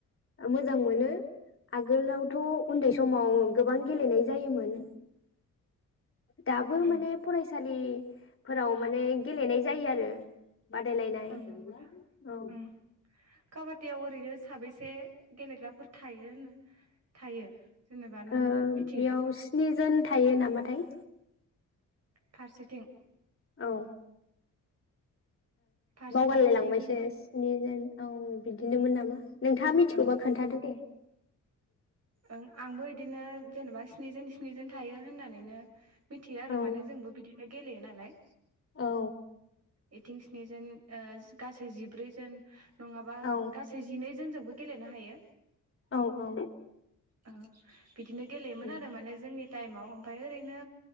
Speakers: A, on the left (about 40°); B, on the right (about 50°).
A: मोजां मोनो आगोलावथ' उन्दै समाव गोबां गेलेनाय जायोमोन दाबो
B: ओं
A: माने फरायसालिफोराव माने गेलेनाय जायो आरो । बादायलायनाय
B: नंगौ दा
A: औ
B: ओं काबादियाव ओरैनो। साबैसे गेलेग्राफोर थायो होनना। थायो। जेनेबा नों
A: ओ
B: मिथियो
A: बेयाव
B: दा
A: स्निजोन। थायो नामाथाय।
B: फारसेथिं।
A: औ। ओ
B: फारसेथिं
A: बावगारलाय
B: स्निजोन
A: लांबायसो स्निजोन औ। बिदिनोमोन नामा। नोंथांङा
B: औ
A: मिथिगौबा खोन्थादो दे ।
B: ओं आंबो इदिनो जेनेबा स्निजोन स्निजोन थायो होननानैनो। मिथियो आरो
A: औ
B: माने जोंबो बिदि गेलेयो नालाय।
A: औ।
B: इथिं स्नि जोन ओ गासै जिब्रैजोन नंङाबा
A: औ
B: गासै जिनै <unintelligible> गेलेनो हायो।
A: औ औ
B: ओ बिदिनो गेलेयोमोन
A: औ
B: आरो माने जोंनि टाइमाव ओमफाय ओरैनो